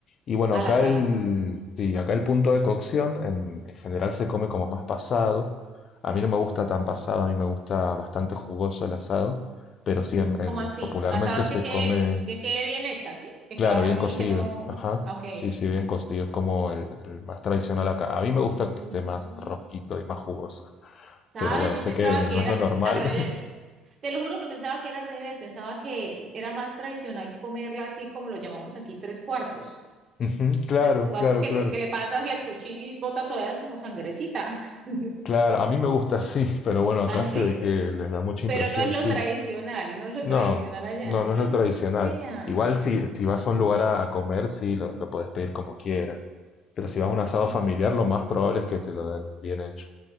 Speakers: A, on the left; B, on the right.
A: Y bueno,
B: Ah,
A: acá
B: las salas.
A: el, sí, acá el punto de cocción en, en general se come como más pasado. A mí no me gusta tan pasado, a mí me gusta bastante jugoso el asado, pero sí, en, en-
B: ¿Cómo así?
A: popularmente
B: Pasabas
A: se
B: que quede,
A: come,
B: que quede bien hecha, ¿sí? Que
A: claro,
B: queda
A: bien
B: bien,
A: cocido.
B: que no.
A: Ajá,
B: Ah, ok.
A: sí, sí, bien cocido, es como el, el más tradicional acá. A mí me gusta que esté
B: ¿En serio?
A: más rojito y más jugoso,
B: ¿Sabes?
A: pero bueno,
B: Yo
A: sé
B: pensaba
A: que
B: que
A: no es
B: era
A: lo normal.
B: al revés.
A: <laughs>
B: Te lo juro que pensaba que era al revés. Pensaba que era más tradicional comerla así como lo llamamos aquí, tres cuartos.
A: Ujú, Claro,
B: Tres cuartos
A: claro,
B: que
A: claro.
B: le, que le pasas el cuchillo y bota todavía como sangrecita. <laughs>
A: Claro, a mí me gusta así, pero bueno, acá
B: ¿Así?
A: se ve que les da mucha impresión,
B: Pero no es lo
A: sí.
B: tradicional, no es lo
A: No,
B: tradicional allá.
A: no, no
B: Ah,
A: es lo tradicional.
B: vea.
A: Igual si, si vas a un lugar a, a comer, sí, lo, lo puedes pedir como quieras. Pero si vas a un asado
B: Ah,
A: familiar,
B: ok.
A: lo más probable es que te lo den bien hecho.